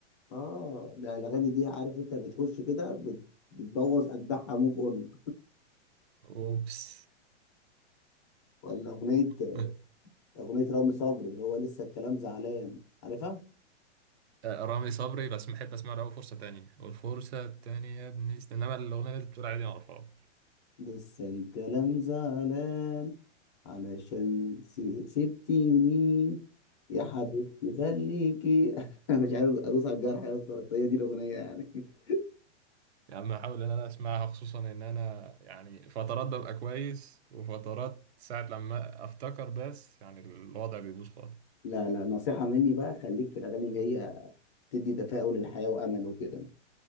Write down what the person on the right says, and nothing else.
اوبس
<laughs>
آه، رامي صبري بس بحب اسمع له أوي فرصه تانية والفرصه التانية يا ابني است- انما الاغنيه اللي انت بتقول عليها دي ما اعرفهاش <laughs>
يا عم احاول ان انا اسمعها خصوصا ان انا يعني فترات ببقى كويس وفترات ساعه لما افتكر بس يعني الوضع بيبوظ خالص